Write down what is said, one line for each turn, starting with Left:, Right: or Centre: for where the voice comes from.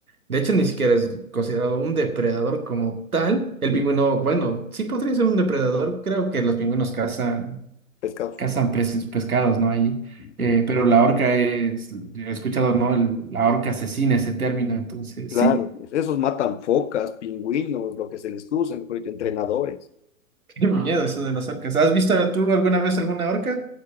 Right: de hecho ni siquiera es considerado un depredador como tal. El
Left: un
Right: pingüino, bueno, sí podría ser un depredador. Creo que los pingüinos cazan,
Left: pescado.
Right: cazan peces, pescados, ¿no? Ahí. Eh,
Left: Mm,
Right: pero la orca es, he escuchado, ¿no? El- la orca asesina ese término, entonces
Left: Claro,
Right: sí.
Left: esos matan focas, pingüinos, lo que se les cruza, mejor dicho, entrenadores.
Right: <laughs> Qué miedo eso de las orcas. ¿Has visto tú alguna vez alguna orca?